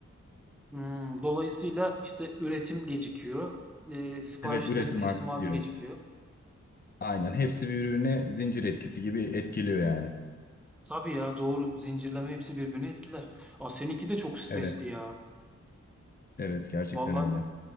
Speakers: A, in the centre; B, on the left.
A: hmm, dolayısıyla işte üretim gecikiyor, e, siparişlerin
B: Evet üretim
A: teslimatı
B: aksıyor.
A: gecikiyor.
B: Aynen hepsi birbirine zincir etkisi gibi etkiliyor yani.
A: Tabii ya doğru. Zincirleme hepsi birbirini etkiler. Aa, seninki de çok stresli
B: Evet.
A: ya.
B: Evet gerçekten
A: Vallahi
B: öyle.